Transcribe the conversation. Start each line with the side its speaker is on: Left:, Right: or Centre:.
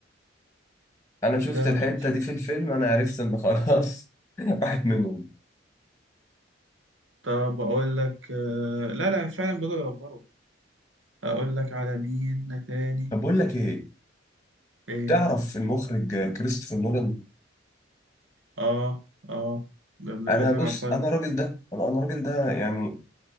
Left: انا شفت
Right: لا انا
Left: الحتة
Right: ما خدتش بالي
Left: دي في الفيلم انا عرفت ان خلاص <laughs> راحت منهم
Right: طب اقول لك آه لا لا فعلا بدأوا يوفروا اقول لك على مين تاني
Left: طب بقول لك ايه
Right: ايه
Left: تعرف المخرج كريستوفر نولان
Right: اه اه ده ابن
Left: انا
Right: الذين
Left: بص
Right: عبقري
Left: انا الراجل ده انا أنا الراجل ده يعني